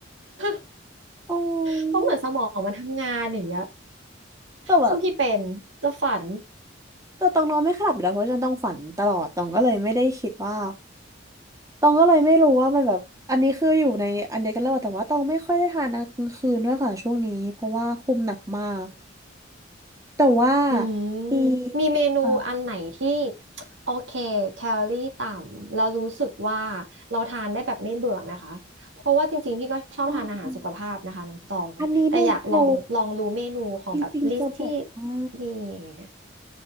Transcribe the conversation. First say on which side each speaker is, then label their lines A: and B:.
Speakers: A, on the right; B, on the right.
A: <laughs>
B: อ๋อ
A: เพราะเหมือนสมองมันทำงานอย่างเงี้ย
B: แต่แบบ
A: ซึ่งพี่เป็นจะฝัน
B: แต่ตองนอนไม่ค่อยหลับอยู่แล้วเพราะฉันต้องฝันตลอดตองก็เลยไม่ได้คิดว่าตองก็เลยไม่รู้ว่ามันแบบอันนี้คืออยู่ในอันเดียวกันแล้วอะแต่ว่าตองไม่ค่อยได้ทานกลางคืนด้วยค่ะช่วงนี้เพราะว่าคุมหนักมากแต่ว่า
A: อืม
B: มี
A: มีเมนูอันไหนที่
B: อ่า
A: โอเคแคลอรี่ต่ำเรารู้สึกว่าเราทานได้แบบไม่เบื่อไหมคะเพราะว่าจริงๆพี่ก็ชอบทานอาหารสุขภาพนะคะน้องตองแต่อยากลองลองรู้เมนูของแบบลิสต์ที่
B: อ๋ออันนี้ไม่แคลจริงๆจะบอกว่า
A: มีอย่างเงี้ย